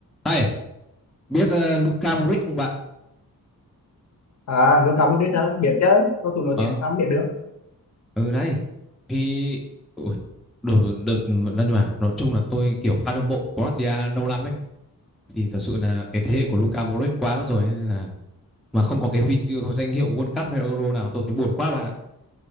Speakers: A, in the centre; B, on the left.
A: Này, biết ờ, Luka Modric không bạn?
B: à lưu cảm logic hả biết chứ cầu thủ nổi
A: Ờ,
B: tiếng sao không biết được
A: ừ đấy. Thì ui, được được nhưng mà nói chung là tôi kiểu fan hâm mộ Croatia lâu lắm ấy thì thật sự là cái thế hệ của
B: Ừ.
A: Luka Modric quá mất rồi ấy, nên là mà không có cái huy chương danh hiệu World Cup hay Euro nào tôi thấy buồn quá bạn ạ.